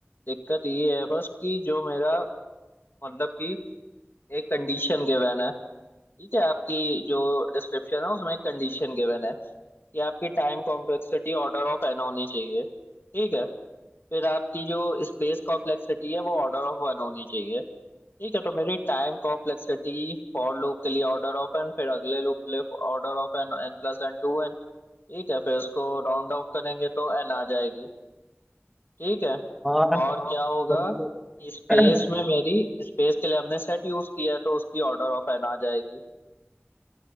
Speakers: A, on the left; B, in the centre.
A: दिक्कत ये है बस कि जो मेरा मतलब कि एक कंडीशन गिवन है ठीक है आपकी जो डिस्क्रिप्शन है उसमें एक कंडीशन गिवन है कि आपकी time complexity order of N होनी चाहिए ठीक है फिर आपकी जो स्पेस कॉम्प्लेक्सिटी है वो ऑर्डर ऑफ वन होनी चाहिए ठीक है तो मेरी टाइम कॉम्प्लेक्सिटी फॉर लूप के लिए ऑर्डर ऑफ एन फिर अगले लूप के लिए order of N N plus N two N ठीक है फिर उसको राउंड ऑफ करेंगे तो एन आ जाएगी ठीक है
B: हाँ
A: और क्या होगा
B: मतलब
A: कि स्पेस
B: अच्छा
A: में मेरी स्पेस के लिए आपने सेट यूज किया है तो उसकी ऑर्डर ऑफ एन आ जाएगी